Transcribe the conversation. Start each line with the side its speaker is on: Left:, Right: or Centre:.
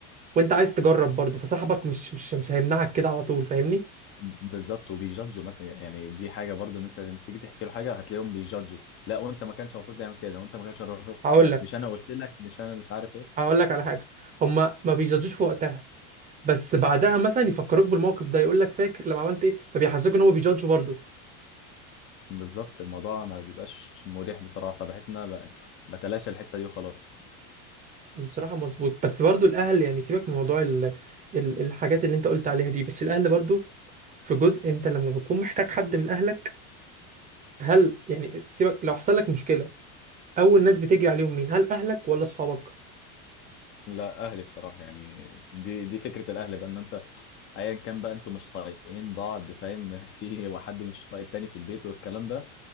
Right: وأنت عايز تجرب برضو فصاحبك مش مش مش هيمنعك كده على طول فاهمني
Left: بالظبط وبيجادجوا مثلا يعني دي حاجه برضو ان انت لما تيجي تحكي له حاجه هتلاقيهم بيجادجوا لا وانت ما كانش المفروض تعمل كده وانت ما كانش المفروض
Right: هقول لك
Left: مش انا قلت لك مش انا مش عارف ايه
Right: هقول لك على حاجة هما ما بيجادجوش في وقتها بس بعدها مثلا يفكروك بالموقف ده يقول لك فاكر لما عملت ايه فبيحسسوك ان هم بيجادجوا برضو
Left: بالظبط الموضوع ما بيبقاش مريح بصراحه فبحس ان انا ب- بتلاشى الحته دي وخلاص
Right: بصراحة مظبوط بس برضو الأهل يعني سيبك من موضوع ال... ال... الحاجات اللي أنت قلت عليها دي بس الأهل برضو في جزء أنت لما بتكون محتاج حد من أهلك هل يعني سيبك لو حصل لك مشكلة أول ناس بتجري عليهم مين؟ هل أهلك ولا أصحابك؟
Left: لا اهلي بصراحه يعني دي دي فكره الاهل بقى ان انت ايا كان بقى انتوا مش طايقين بعض فاهم <laughs> في واحد مش طايق التاني في البيت والكلام ده